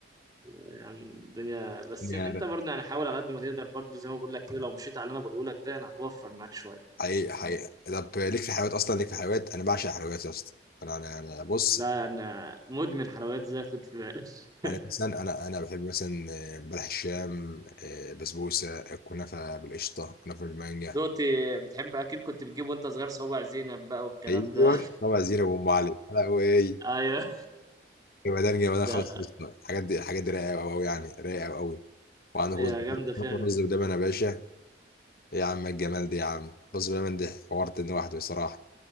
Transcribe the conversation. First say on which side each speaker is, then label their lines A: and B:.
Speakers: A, on the right (about 20°); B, on the left (about 55°).
A: يعني الدنيا بس
B: الدنيا
A: انت
B: رايقة.
A: برضه يعني حاول على قد ما تقدر برضه زي ما بقول لك كده لو مشيت على اللي انا بقوله لك ده يعني هتوفر معاك شويه
B: حقيقي حقيقي طب ليك في حلويات اصلا ليك في حلويات انا بعشق الحلويات يا اسطى انا انا أنا بص
A: لا انا مدمن حلويات زي ما كنت في بالك
B: يعني
A: <laughs>
B: مثلا انا انا بحب مثلا آه، بلح الشام آه، بسبوسه كنافه بالقشطه كنافه بالمانجا
A: دوتي بتحب اكيد كنت بتجيب وانت صغير صوابع زينب بقى والكلام
B: ايوه
A: ده <laughs>
B: طبعا زينب وام علي لا وايه
A: ايوه
B: جمدان
A: <laughs>
B: جمدان
A: ده
B: خلاص الحاجات دي الحاجات دي رايقه قوي قوي يعني رايقه قوي وعندك
A: هي
B: رز
A: جامده فعلا
B: رز بلبن يا باشا إيه يا عم الجمال ده يا عم رز بلبن ده حوارت ان واحد بصراحه